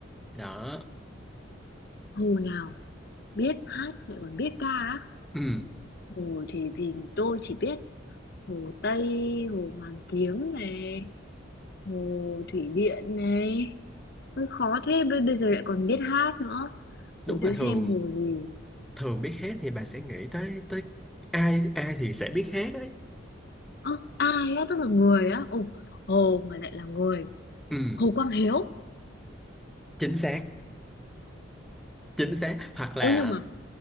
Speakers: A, in the centre; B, on the left.
A: đó
B: hồ nào biết hát lại còn biết ca á?
A: Ừm,
B: Hồ thì vì tôi chỉ biết Hồ Tây, Hồ Hoàn Kiếm này, Hồ Thủy Điện này. Hơi khó thế, bây bây giờ lại còn biết hát nữa.
A: đúng
B: Để tôi
A: là thường
B: xem hồ gì.
A: thường biết hát thì bà sẽ nghĩ tới tới ai ai thì sẽ biết hát đấy
B: Ơ, ai á, tức là người á. Ồ, hồ mà lại là người.
A: Ừm,
B: Hồ Quang Hiếu.
A: chính xác chính xác hoặc là
B: Ôi nhưng mà,